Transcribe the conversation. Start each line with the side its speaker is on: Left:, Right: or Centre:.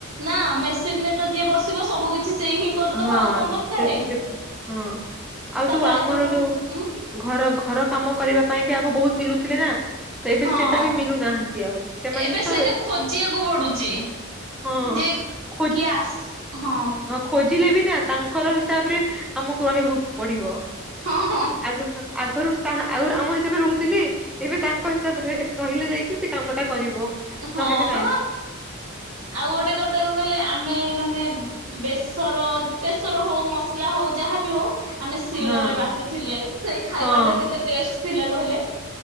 Right: ନା ମେସିନ୍ ରେ ତ ଯିଏ ବସିବ ସବୁ କିଛି ସେଇ ହିଁ କରିଦବା
Centre: ହଁ
Right: ଆଉ କଣ ଦରକାରେ।
Centre: ସେ ଗୋଟେ କ ହଁ ଆଉ
Right: ତାପରେ
Centre: ଯୋଉ
Right: ଆଗରୁ
Centre: ଆମର ଯୋଉ
Right: ଉଁ
Centre: ଘର ଘର କାମ କରିବା ପାଇଁ ବି ଆଗ ବହୁତ୍ ମିଲୁଥିଲେ ନା? ତ ଏବେ
Right: ହଁ
Centre: ସେଟା ବି ମିଲୁନାହାନ୍ତି ଆଉ ସେମାନେ
Right: ଏବେ
Centre: ତ
Right: ସେଇଟା ଖୋଜିବାକୁ ପଡୁଚି।
Centre: ହଁ
Right: ଯେ
Centre: ଖୋ
Right: କିଏ ଆ ସ ହଁ।
Centre: ଖୋଜିଲେ ବି ନା ତାଙ୍କର ହିସାବ ରେ ଆମକୁ ରହିବାକୁ ପଡିବ।
Right: ହଁ ହଁ
Centre: ଆଗକୁ ଆଗରୁ କାହା ଆଗୁରୁ ଆମ ହିସାବରେ ରହୁଥିଲେ ଏବେ ତାଙ୍କ ହିସାବରେ ହେ ରହିଲେ ଯାଇକି ସେ କାମ ଟା କରିବ।
Right: ହଁ
Centre: ନହେଲେ
Right: ବାହା।
Centre: <inaudible>
Right: ଆଉ ଗୋଟେ କଥା କଣ କହିଲେ ଆମେ ମାନେ ବେସର ଯ ବେସର ହଉ ମସଲା ହଉ ଯାହାବି ହଉ। ଆମେ ଶିଳରେ
Centre: ହଁ
Right: ବାଟୁଥିଲେ ସେ ଖାଇବାଟା
Centre: ହଁ
Right: କେତେ ଟେଷ୍ଟ ଥିଲା କହିଲେ?